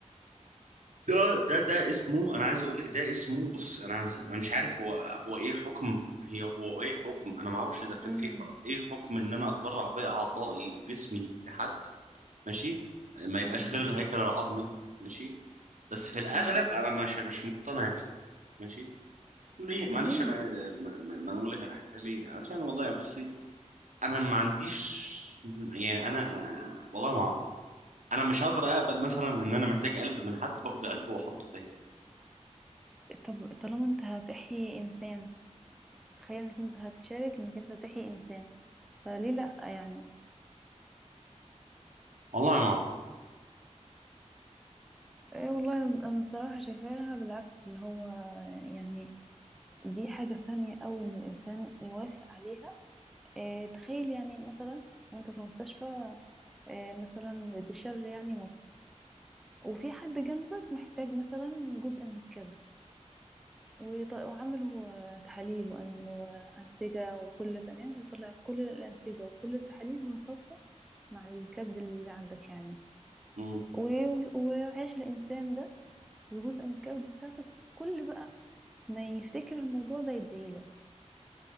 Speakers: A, on the right; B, in the centre.
A: ده ده ده اسمه انا عايز اقول لك ده اسمه بص انا عايز انا مش عارف هو هو ايه حكم هي هو ايه حكم انا ما اعرفش اذا كان
B: امم
A: في ح- ايه حكم ان انا اتبرع باعضائي وجسمي لحد ماشي ما يبقاش
B: امم
A: غير الهيكل العظمي ماشي بس في الاغلب
B: امم
A: انا مش مش مقتنع بيه ماشي ليه معلش
B: ليه
A: انا ما ما- ما انا اقول لك على حاجه ليه عشان والله بصي انا ما عنديش يعني انا آه، والله ما اعرف انا مش هقدر اقبل مثلا ان انا محتاج قلب من حد باخد قلبه واحطه فيا
B: طب طالما انت هتحيي انسان تخيل انك انت هتشارك انك انت تحيي انسان فليه لا يعني
A: والله ما اعرف
B: ايه والله انا الصراحه شايفاها بالعكس اللي هو يعني دي حاجه ساميه قوي ان الانسان يوافق عليها إيه تخيل يعني مثلا وانت في المستشفى إيه مثلا بتشر يعني موت وفي حد جنبك محتاج مثلا جزء من الكبد وط- وعملوا آه، تحاليل وأن- وأنسجة وكله تمام وطلع كل الأنسجة وكل التحاليل متطابقة مع الكبد اللي عندك يعني
A: مم.
B: و- و- وعيش الإنسان ده بجزء من الكبد بتاعتك كل بقى ما يفتكر الموضوع ده يديلك